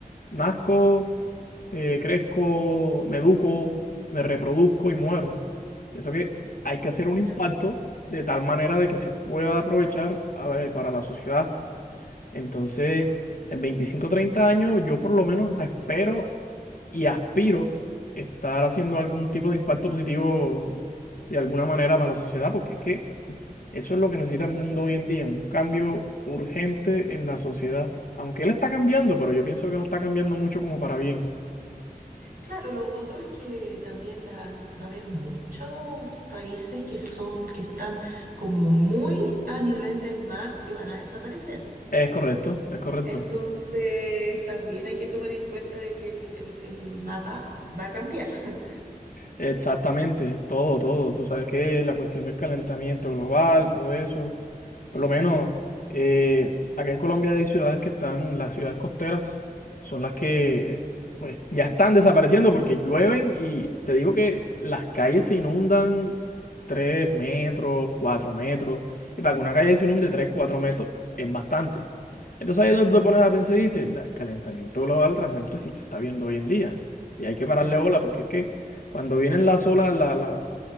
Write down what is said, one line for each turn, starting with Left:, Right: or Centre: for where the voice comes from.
Left: nazco, eh, crezco, me educo, me reproduzco y muero. Pienso que
Right: ujú,
Left: hay que hacer un
Right: claro,
Left: impacto de tal manera de que se pueda aprovechar eh, para la sociedad. Entonces... En 25
Right: mm,
Left: o 30 años, yo por lo menos espero y aspiro estar haciendo algún tipo de impacto positivo de alguna manera para la sociedad, porque es que eso es lo que necesita
Right: claro.
Left: el mundo hoy en día, un cambio urgente en la sociedad. Aunque él está cambiando, pero yo pienso que no está cambiando mucho como para bien.
Right: Claro, lo otro es que también las va a haber muchos países que son, que están como muy a nivel del mar, que van a desaparecer.
Left: Es correcto, es correcto.
Right: Entonces, también hay que tomar en cuenta de que el, el- el mapa va a cambiar. <laughs>
Left: Exactamente, todo, todo. Tú sabes que la cuestión del calentamiento global, todo eso. Por
Right: Claro,
Left: lo menos eh, acá en Colombia hay ciudades que están, las ciudades costeras son las que pues ya están desapareciendo porque llueven y te digo que las calles se inundan 3 metros, 4 metros. Y para que una calle se inunde tres cuatro metros es bastante. Entonces ahí es
Right: mm,
Left: donde te pones a pensar y dices, "Da, el calentamiento global realmente sí se está viendo hoy en día. Y hay que
Right: claro,
Left: pararle bola porque es que cuando vienen las olas, la- las,